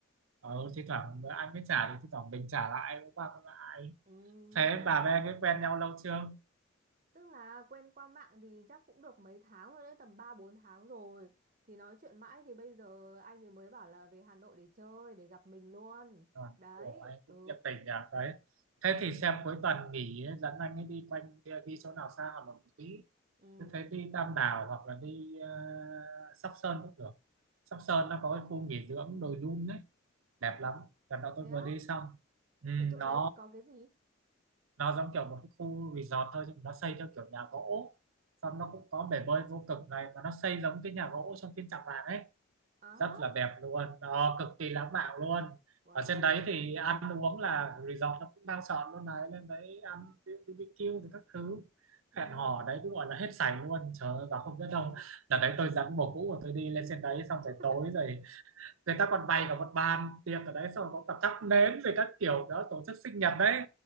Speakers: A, on the right; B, on the right.
A: ờ, thi thoảng anh mới trả thì thi thoảng mình trả lại hôm qua cũng lại
B: Ừ
A: thế
B: nhá
A: bà với anh ấy quen nhau lâu chưa
B: Tức là quen qua mạng thì chắc cũng được mấy tháng rồi đấy, tầm ba bốn tháng rồi. Thì nói chuyện mãi thì bây giờ anh ấy mới bảo là về Hà Nội để chơi, để gặp mình luôn.
A: À,
B: Đấy,
A: ủa, anh
B: ừ,
A: cũng nhiệt tình nhỉ đấy thế thì xem cuối tuần nghỉ ấy, dẫn anh ấy đi quanh đi, đi chỗ nào xa hoặc là một tí
B: ừ.
A: thế thấy đi Tam Đảo hoặc là đi ờ, Sóc Sơn cũng được Sóc Sơn nó có cái khu nghỉ dưỡng đồi Dun đấy đẹp lắm lần đó tôi
B: Thế
A: vừa
B: á,
A: đi xong ừ,
B: ở chỗ
A: nó
B: đấy thì có cái gì?
A: nó giống kiểu một cái khu resort thôi nhưng mà nó xây theo kiểu nhà gỗ xong nó cũng có bể bơi vô cực này mà nó xây giống cái nhà gỗ trong phim Tràng Vàng ấy
B: À
A: rất
B: hả,
A: là đẹp luôn nó cực kỳ lãng mạn luôn
B: uầy,
A: ở trên đấy thì ăn uống là resort nó cũng đang soạn luôn đấy lên đấy ăn BBQ thì các thứ
B: ừ.
A: hẹn hò đấy cứ gọi là hết sảy luôn trời ơi và không biết đâu là đấy tôi dẫn bồ cũ của tôi đi lên trên đấy xong rồi
B: <laughs>
A: tối rồi người ta còn bày cả một bàn tiệc ở đấy xong rồi có cả thắp nến rồi các kiểu đó tổ chức sinh nhật đấy